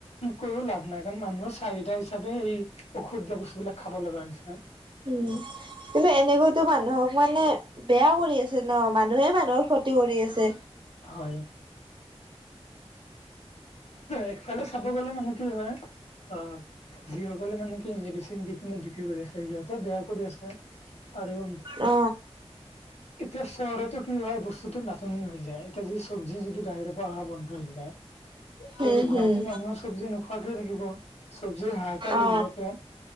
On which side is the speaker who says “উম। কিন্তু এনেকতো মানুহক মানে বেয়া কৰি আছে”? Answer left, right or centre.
Right